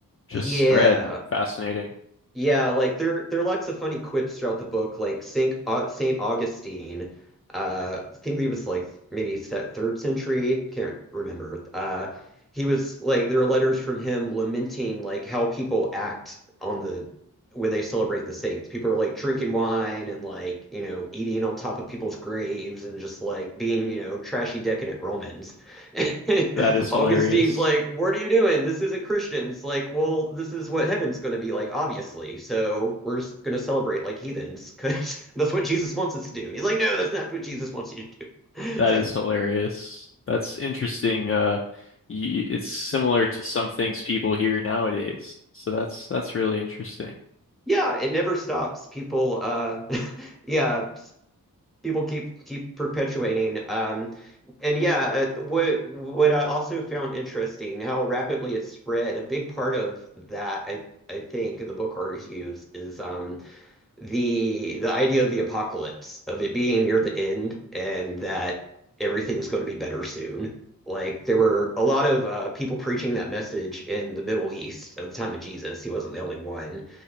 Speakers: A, on the left (about 40°); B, in the centre.
A: just
B: yeah,
A: spread. Fascinating.
B: Yeah, like there there are lots of funny quips throughout the book, like Saint uh, Saint Augustine. Uh, I think he was like maybe se- third century. Can't remember. Uh, he was like there are letters from him lamenting like how people act on the when they celebrate the saints. People are like drinking wine and like you know eating on top of people's graves and just like being you know trashy decadent Romans. <laughs>
A: That is
B: Augustine's
A: hilarious.
B: like, What are you doing? This isn't Christian. It's like, Well, this is what heaven's going to be like, obviously. So we're just going to celebrate like heathens because <laughs> that's what Jesus wants us to do. And he's like, No, that's not what Jesus wants you to do. <laughs> It's-
A: That is hilarious. That's interesting. Uh, y it's similar to some things people hear nowadays. So that's that's really interesting.
B: yeah, it never stops. People, uh, <laughs> yeah, people keep keep perpetuating. Um, and yeah, uh, what what I also found interesting how rapidly it spread. A big part of that, I I think, in the book argues is um the the idea of the apocalypse, of it being near the end and that everything's going to be better soon. Like there were a lot of uh, people preaching that message in the Middle East at the time of Jesus. He wasn't the only one,